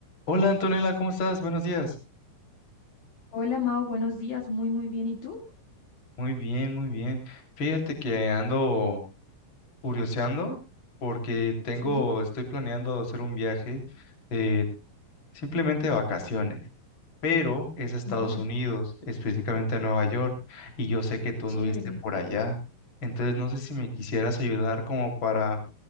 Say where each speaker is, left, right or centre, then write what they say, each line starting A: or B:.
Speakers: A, on the left; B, on the left.
A: Hola Antonella, ¿cómo estás? Buenos días.
B: Hola Mau, buenos días, muy muy bien. ¿Y tú?
A: Muy bien, muy bien. Fíjate que ando curioseando porque tengo,
B: Sí,
A: estoy planeando hacer un viaje de simplemente de vacaciones, pero es a Estados
B: oh,
A: Unidos, específicamente a Nueva York, y yo sé que tú
B: chévere,
A: anduviste por allá. Entonces no sé si me quisieras ayudar como para,